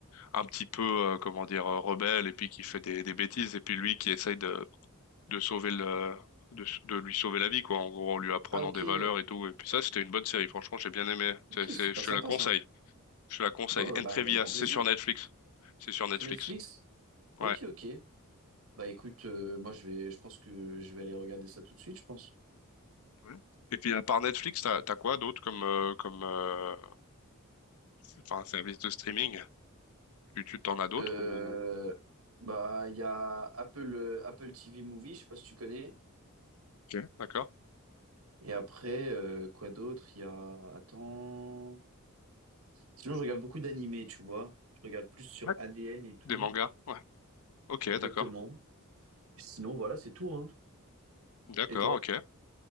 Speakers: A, on the left (about 85°); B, on the right (about 80°).
A: un petit peu euh, comment dire euh, rebelle et puis qui fait des, des bêtises et puis lui qui essaye de, de sauver le de, de lui sauver la vie quoi en gros en lui apprenant
B: Ah, ok,
A: des valeurs et tout et puis ça c'était une bonne série franchement j'ai bien aimé
B: ok,
A: c'est, c'est
B: super
A: je te
B: sympa
A: la conseille
B: ça.
A: je te la conseille
B: Bon,
A: Entrevias
B: bah, avec grand
A: c'est
B: plaisir.
A: sur Netflix c'est sur Netflix
B: Sur Netflix? Ok,
A: ouais
B: ok. Bah, écoute, euh, moi, je vais, je pense que je vais aller regarder ça tout de suite, je pense.
A: Ouais. et puis à part Netflix t'as t'as quoi d'autre comme euh, comme euh, enfin service de streaming tu tu t'en as d'autres
B: Euh,
A: ou
B: bah, il y a Apple, euh, Apple TV Movie, je sais pas si tu connais.
A: Ok. d'accord
B: Et après, euh, quoi d'autre? Il y a... Attends... Sinon, je regarde beaucoup d'animés, tu vois. Je regarde plus sur
A: Ouais.
B: ADN et tout.
A: des mangas ouais ok
B: Exactement.
A: d'accord
B: Sinon, voilà, c'est tout, hein.
A: d'accord
B: Et toi?
A: ok